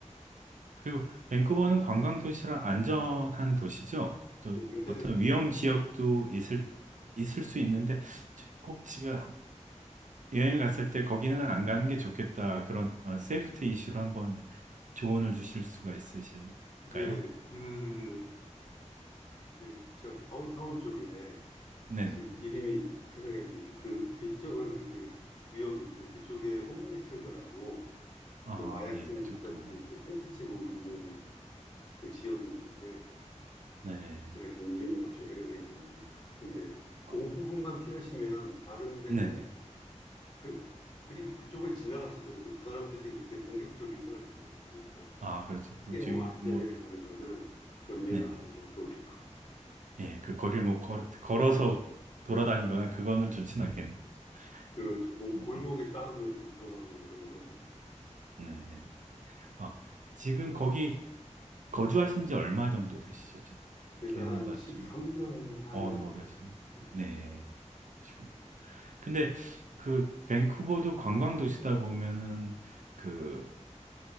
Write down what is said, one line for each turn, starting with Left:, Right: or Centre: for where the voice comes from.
Right: 그리고 밴쿠버는 관광 도시라 안전한 도시죠. 또
Left: 예, 굉장히
Right: 어떤
Left: 안전해요.
Right: 위험 지역도 있을 있을 수 있는데 꼭 지금 여행 갔을 때 거기는 안 가는 게 좋겠다. 그런 어, 세이프티 이슈로 한번 조언을 주실 수가 있으실까요?
Left: 예, 그, 그, 저 다운타운 쪽에,
Right: 네네.
Left: 아, 지금 이름이 생각이 안 나는데, 그 일정한 그 구역이 있어요. 그쪽에 홈리스들하고
Right: 아,
Left: 그 마약
Right: 예,
Left: 중독자들이
Right: 그쪽도.
Left: 이렇게 텐트 치고 있는 그 지역이 있는데,
Right: 네.
Left: 제가 지금 이름이 갑자기 생각이 안 납니다. 근데 그
Right: 아,
Left: 부분만 피하시면 다른 데는,
Right: 네네.
Left: 뭐 그, 그리고 그쪽을 지나가시더라도 그 사람들이 그렇게 공격적이진 않아요. 그러니까
Right: 아, 그렇죠.
Left: 크게
Right: 그 저기
Left: 뭐 안전에
Right: 뭐 이렇게-
Left: 관해서는 염려를
Right: 네네.
Left: 안 하셔도 될 것 같아요.
Right: 예, 그 거리를 뭐 걸, 걸어서 돌아다니거나 그거는 좋진 않겠네요.
Left: 그렇죠.
Right: 음,
Left: 고-
Right: 음,
Left: 골목에
Right: 음.
Left: 따로 뭐 이렇게 들어가거나 그런 건 안 좋겠죠.
Right: 네. 아, 지금 거기 거주하신 지 얼마 정도 되시죠?
Left: 제가
Right: 캐나다
Left: 한 13년,
Right: 쪽에.
Left: 4년
Right: 어,
Left: 정도
Right: 오래 하신.
Left: 됐어요. 예.
Right: 네, 그러시구나. 근데 그 밴쿠버도 관광 도시다 보면은 그